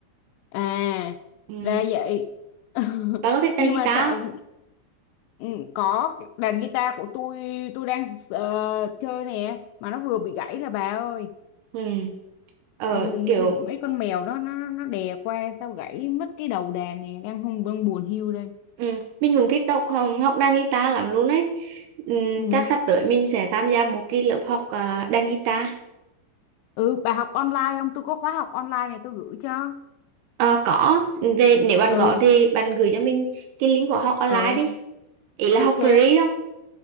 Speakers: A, on the left; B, on the right.
A: à,
B: ừ.
A: ra vậy. <laughs>
B: bạn có thích đàn
A: Nhưng
B: guitar
A: mà sao
B: không?
A: ừ, có cái đàn guitar của tôi tôi đang ờ, chơi nè mà nó vừa bị gãy là bà ơi.
B: ừ. ờ
A: Ờ, hình
B: kiểu
A: như bị mấy con mèo đó nó nó đè qua sao gãy mất cái đầu đàn nè, đang không đang buồn hiu đây.
B: ừ. mình cũng thích học học đàn guitar lắm luôn ấy ừ.
A: Ừ.
B: chắc sắp tới mình sẽ tham gia một cái lớp học ờ, đàn guitar
A: Ừ, bà học online không? Tôi có khóa học online này tôi gửi cho.
B: Ờ, có về nếu bạn
A: Ừ.
B: có thì bạn gửi cho mình cái link của học online
A: ừ
B: đi ý là
A: ok
B: học free không